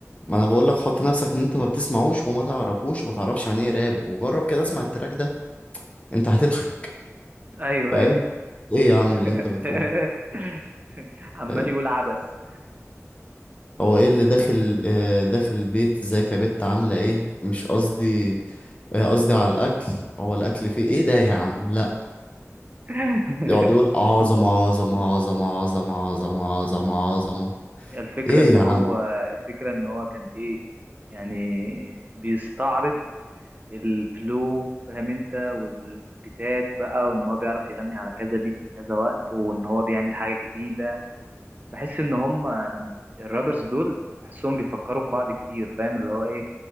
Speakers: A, on the left (about 25°); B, on the right (about 30°).
A: ما انا بقول لك حط نفسك ان انت ما بتسمعوش وما تعرفوش وما تعرفش عن ايه راب وجرب كده اسمع التراك ده انت هتضحك
B: أيوه
A: فاهم
B: أيوه
A: ايه يا عم
B: <laughs>
A: اللي انت بتقوله
B: عمال
A: فاهم
B: يقول عبس
A: هو ايه اللي داخل آه داخل البيت ازيك يا بت عامله ايه مش قصدي آه قصدي على الاكل هو الاكل فيه ايه ده يا عم لا
B: <laughs>
A: يقعد يقول عظمه عظمه عظمه عظمه عظمه عظمه عظمه
B: هي الفكرة
A: ايه
B: ان
A: يا
B: هو
A: عم
B: الفكرة ان هو كان ايه يعني بيستعرض الفلو فاهم انت والبيتات بقى وان هو بيعرف يغني على كذا بيت في كذا وقت وان هو بيعمل حاجة جديدة بحس ان هم الرابرز دول بحسهم بيفكروا في بعض كتير فاهم اللي هو ايه